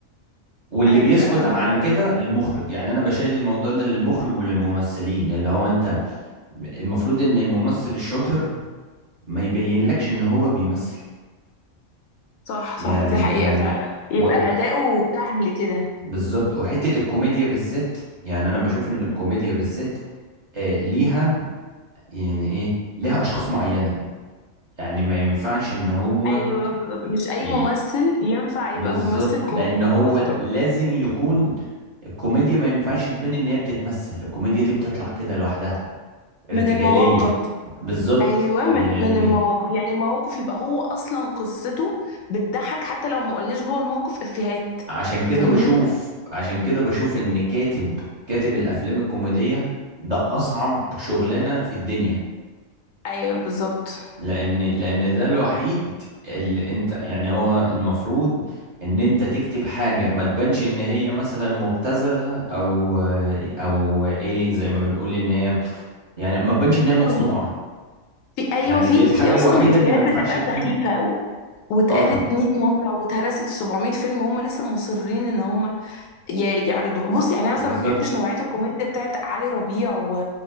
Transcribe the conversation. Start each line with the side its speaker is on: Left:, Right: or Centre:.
Right: واللي
Left: ايوه
Right: بيسكت
Left: فعلا
Right: عن
Left: دي حقيقه
Right: كده المخرج يعني انا بشيل الموضوع ده للمخرج وللممثلين اللي هو انت المفروض ان الممثل الشاطر ما يبينلكش ان هو بيمثل
Left: صح
Right: يعني
Left: صح دي حقيقه
Right: يعني
Left: فعلا يبقى
Right: و... و...
Left: اداؤه سهل كده
Right: بالظبط وحتة الكوميديا بالذات يعني انا بشوف ان الكوميديا بالذات آه ليها يعني ايه ليها اشخاص معينة يعني ما ينفعش ان هو
Left: ايوه بالظبط مش اي
Right: ي...
Left: ممثل ينفع يبقى
Right: بالظبط
Left: ممثل كوميدي
Right: لان هو
Left: ده قصدك
Right: لازم يكون الكوميديا ما ينفعش تبان ان هي بتتمثل الكوميديا دي بتطلع كده لوحدها ارتجالية
Left: من المواقف
Right: بالظبط
Left: ايوه
Right: يعني
Left: من من المواقف يعني المواقف يبقى هو اصلا قصته بتضحك حتى لو ما قلناش جوه الموقف افيهات
Right: عشان كده
Left: فاهمني
Right: بشوف عشان كده بشوف ان كاتب كاتب الافلام الكوميديه ده اصعب شغلانه في الدنيا
Left: ايوه بالظبط
Right: لان لان ده الوحيد اللي انت يعني هو المفروض ان انت تكتب حاجه ما تبانش ان هي مثلا مبتذله او او ايه زي ما بنقول ان هي يعني ما تبانش ان هي مصنوعه
Left: أو في ايوه
Right: يعني
Left: في
Right: دي الحاجه
Left: في اصلا
Right: الوحيده
Left: افيهات
Right: اللي ما ينفعش
Left: بتبقى
Right: تكون
Left: سخيفه و- واتقالت
Right: اه
Left: 100 مره واتهرست في 700 فيلم هم لسه مصرين ان هم ي- يعرضوها بص يعني انا
Right: بالظبط
Left: مثلا ما بحبش نوعيه الكوميديا بتاعت علي ربيع و...